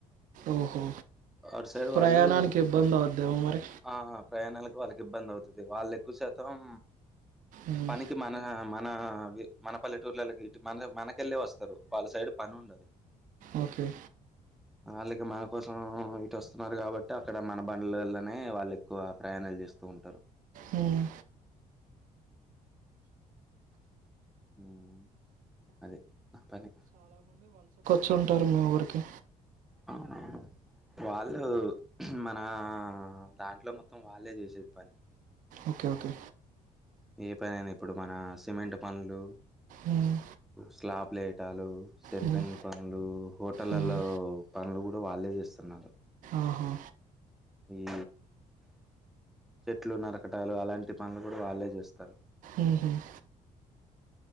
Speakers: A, on the right; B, in the centre.
A: ఓహో
B: అటు సైడ్
A: ప్రయాణానికి
B: వాళ్ళు
A: ఇబ్బంది అవుద్దేమో మరి
B: ఆ ప్రయాణాలకు వాళ్ళ ఇబ్బంది అవుతది వాళ్ళు ఎక్కువ శాతం
A: మ్మ్.
B: పనికి మన మన మన మన పల్లెటూర్లకి ఇ మన మనకెళ్ళి వస్తారు వాళ్ళ సైడ్ పని ఉండదు
A: ఓకే
B: వాళ్ళకి మన కోసం ఇటోస్తున్నారు కాబట్టి అక్కడ మన బండ్లల్లనే వాళ్ళు ఎక్కువ ప్రయాణాలు చే ఇస్తూ ఉంటారు
A: మ్మ్
B: మ్మ్ అది నా పని
A: చుంటారు మా ఊరికి
B: అవునవును వాళ్ళు మన దాంట్లో మొత్తం వాళ్ళే చేసేది పని
A: ఓకే ఓకే
B: ఏ పనైనా ఇప్పుడు మన సిమెంట్ పనులు
A: మ్మ్.
B: స్లాబ్ ప్లేయటాలు సెంటరింగ్
A: మ్మ్.
B: పనులు హోటలళ్లో
A: మ్మ్.
B: పనులు కూడా వాళ్ళే చేస్తున్నారు
A: ఆహా
B: ఈ చెట్లు నరకటాలు అలాంటి పనులు కూడా వాళ్ళే చేస్తారు
A: మ్మ్ హ్మ్